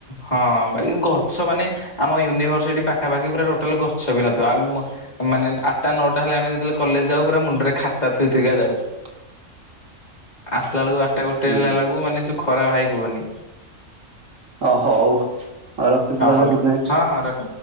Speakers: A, on the left (about 30°); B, on the right (about 75°).
A: ହଁ ଭାଇି ଗଛ ମାନେ ଆମ ୟୁନିଭରସିଟି ପାଖାପାଖି ପୁରା ଟୋଟାଲ ଗଛ ବି ନଥିବ ଆମେ ମାନେ ଆଠଟା ନଅଟା ହେଲେ ଆମେ ଯେତେବେଳେ କଲେଜ ଯାଉ ପା ମୁଣ୍ଡରେ ଖାତା ଥୋଇଥଇକା ଯାଉ।
B: <inaudible>
A: ଆସିଲା ବେଳକୁ ବାରଟା ଗୋଟେ
B: ହୁଁ
A: ହେଲା ବେଳକୁ ମାନେ ଯୋଉ ଖରା ଭାଇ କୁହନି।
B: ଓ ହଉ ଆଉ ରଖୁଛି
A: ହ
B: ତାହେଲେ
A: ହଉ
B: ଗୁଡ ନାଇଟ୍।
A: ହଁ ହଁ ରଖ।